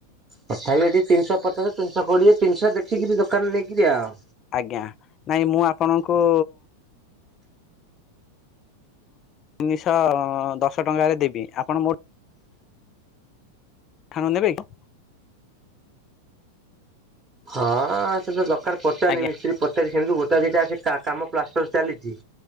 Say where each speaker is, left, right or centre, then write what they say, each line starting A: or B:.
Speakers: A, on the right; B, on the left.
A: ତଥାପି ଏଠି ତିନିଶହ ପଚାଶ ତିିନିଶହ କୋଡିଏ ତିନିଶହ ଦେଖିକି ବି ଦୋକାନ ନେଇକିରି ଆଉ।
B: ଆଜ୍ଞା ନାଇଁ ମୁଁ ଆପଣଙ୍କୁ ତିନିଶହ ଦଶ ଟଙ୍କାରେ ଦେବି ଆପଣ ମୋ ଆପଣ ନେବେ କି?
A: ହଁ ସେ ତ ଦରକାର ପଚାରନି
B: ଆଜ୍ଞା
A: ମିସ୍ତ୍ରୀ ପଚାରି ସେମିତି ଗୋଟା ଦିଟା ଅଛି କାମ ପ୍ଲାଷ୍ଟର ଚାଲିଚି।